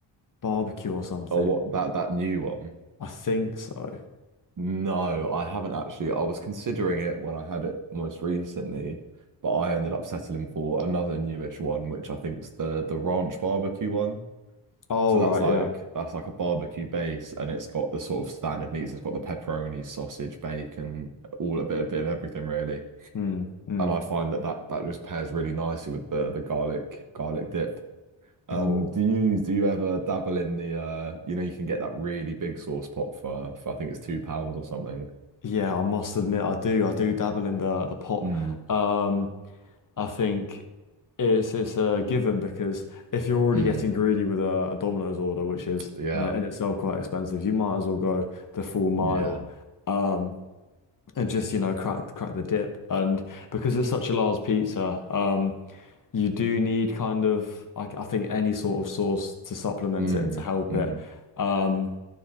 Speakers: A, on the left (about 40°); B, on the right (about 40°).
A: barbecue or something.
B: Oh, what that that new one?
A: I think so.
B: No, I haven't actually. I was considering it when I had it most recently, but I ended up settling for another newish one, which I think's the the ranch barbecue one.
A: Oh
B: So that's
A: right,
B: like
A: yeah.
B: that's like a barbecue base, and it's got the sort of standard meats. It's got the pepperoni, sausage, bacon, all a bit a bit of everything really.
A: Mm, mm.
B: and I find that that, that just pairs really nicely with the the garlic garlic dip. Um,
A: Oh
B: do you do you ever dabble in the uh, you know, you can get that really big sauce pot for, for I think it's two pounds or something.
A: yeah, I must admit, I do I do dabble in the the pot.
B: Mm,
A: Um, I think it's it's a given because if you're already
B: mm,
A: getting greedy with a, a Domino's order, which is
B: yeah,
A: you know in itself quite expensive, you might as well go the full mile,
B: yeah,
A: um, and just you know crack crack the dip. And because it's such a large pizza, um, you do need kind of I, I think any sort of sauce to supplement
B: mm,
A: it and to help
B: mm,
A: it. Um,